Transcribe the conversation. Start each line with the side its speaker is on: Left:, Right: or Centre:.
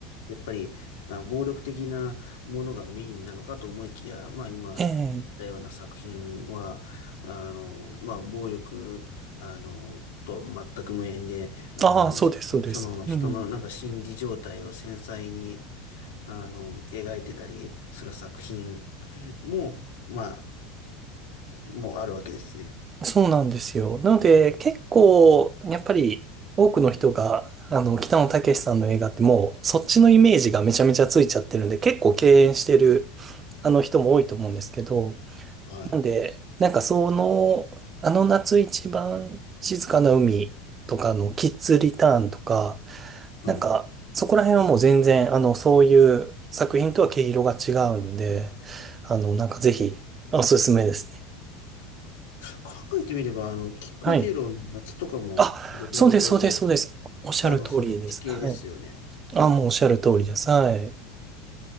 Left: やっぱり、あ、暴力的なものがメインなのかと思いきや、まあ今言ったような作品は、
Right: ええ、
Left: あの、まあ暴力、あの、と全く無縁で、あの、
Right: ああ、そうです、
Left: ひその人のなんか心理状態を繊細に、
Right: そうです。うん。
Left: あの、描いてたりする作品も、まあ、もあるわけですね。
Right: そうなんですよ。なので、結構、やっぱり、多くの人が、あの、北野武さんの映画ってもう、そっちのイメージがめちゃめちゃついちゃってるんで、結構敬遠してる、あの人も多いと思うんですけど、
Left: はい。
Right: なんで、なんかその、あの夏一番静かな海とかのキッズリターンとか、
Left: はい。
Right: なんかそこら辺はもう全然、あの、そういう作品とは毛色が違うので、あの、なんかぜひ、おすすめですね。
Left: 考えてみれば、あの、菊次郎の夏とかも、
Right: はい。あ、
Left: どちらかというと、
Right: そうです、そうです、そうです。おっしゃる通りです。
Left: あの、そっち系ですよね。
Right: はい。あ、もうおっしゃる通りです。はい。